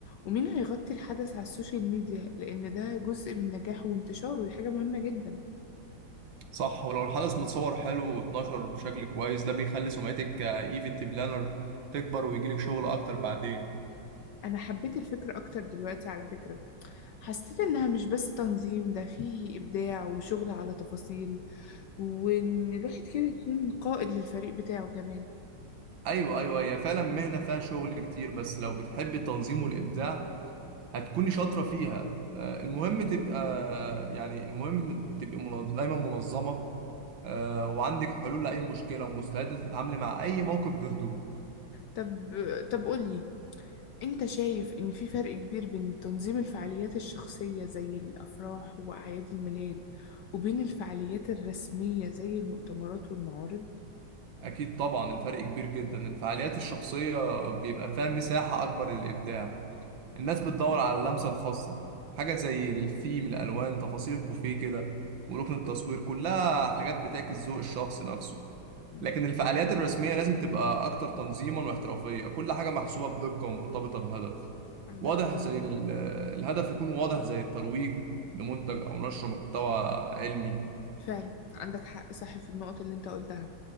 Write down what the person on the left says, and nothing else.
ومين هيغطي الحدث على السوشيال ميديا لأن ده جزء من نجاحه وانتشاره ودي حاجة مهمة جدا
أنا حبيت الفكرة أكتر دلوقتي على فكرة حسيت إنها مش بس تنظيم ده فيه إبداع وشغل على تفاصيل وإن الواحد كده يكون قائد للفريق بتاعه كمان
طب طب قولي أنت شايف إن في فرق كبير بين تنظيم الفعاليات الشخصية زي الأفراح وأعياد الميلاد وبين الفعاليات الرسمية زي المؤتمرات والمعارض؟
مم.
عندك
فعلا عندك حق صح في النقط اللي أنت قلتها